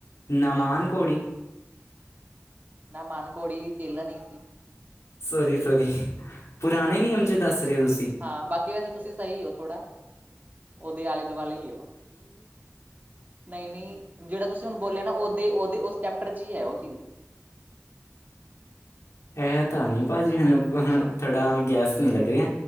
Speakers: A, on the left; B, on the right.
A: ਨਾਮਾਨ ਕੋੋੜੀ।
B: ਨਾਮਾਨ ਕੋੜੀ ਚੇਲਾ ਨਹੀਂ ਸੀ।
A: ਸੋਰੀ-ਸੋਰੀ। ਪੁਰਾਣੇ ਨਿਯਮ 'ਚ ਦੱਸ ਰਹੇ ਹੋ ਤੁਸੀਂ
B: ਹਾਂ ਬਾਕੀ ਵੈਸੇ ਤੁਸੀਂ ਸਹੀ ਹੋ ਥੋੜ੍ਹਾ। ਉਹਦੇ ਆਲੇ-ਦੁਆਲੇ ਹੀ ਹੋ। ਨਹੀਂ-ਨਹੀਂ ਜਿਹੜਾ ਤੁਸੀਂ ਹੁਣ ਬੋਲਿਆ ਨਾ ਉਹਦੇ ਉਹਦੇ ੳਸ ਚੈਪਟਰ'ਚ ਹੀ ਹੈ ਉਹ ਚੀਜ਼।
A: ਇਹ ਤਾਂ ਨੀ ਭਾਜੀ ਮੈਨੂੰ ਥੋੜ੍ਹਾ ਗੈੱਸ ਨਹੀਂ ਲੱਗ ਰਿਹਾ।